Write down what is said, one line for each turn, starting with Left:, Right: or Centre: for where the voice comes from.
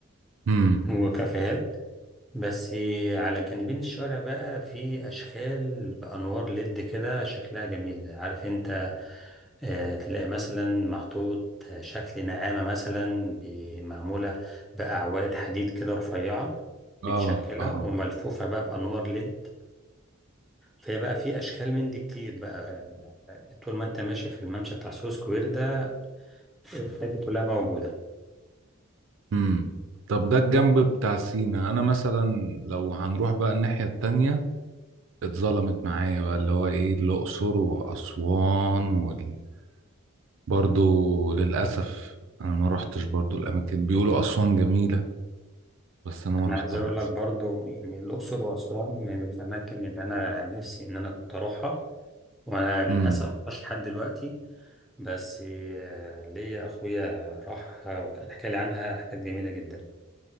Right: امم
Centre: وكافيهات بس على جانبين الشارع بقى في أشكال بأنوار ليد كده شكلها جميل عارف أنت آه، تلاقي مثلا محطوط شكل نعامة مثلا ب- معمولة بأعواد حديد كده رفيعة متشكلة
Right: اه اه
Centre: وملفوفة بقى بأنوار ليد فهي بقى في اشكال من دي كتير بقى يعني طول ما انت ماشي في الممشى بتاع سو سكوير ده الحاجات دي كلها موجوده
Right: امم طب ده الجنب بتاع سينا انا مثلا لو هنروح بقى الناحية التانية اتظلمت معايا بقى اللي هو ايه الأقصر وأسوان وال... برضو للأسف أنا ما روحتش برضو الأماكن بيقولوا أسوان جميلة بس أنا ما
Centre: انا
Right: روحتهاش
Centre: عايز اقول لك برضو يعني الاقصر واسوان من الاماكن اللي انا نفسي ان انا كنت اروحها وانا للاسف
Right: امم
Centre: ما رحتش لحد دلوقتي بس آه، ليا اخويا راح وكان حكى لي عنها حاجات جميله جدا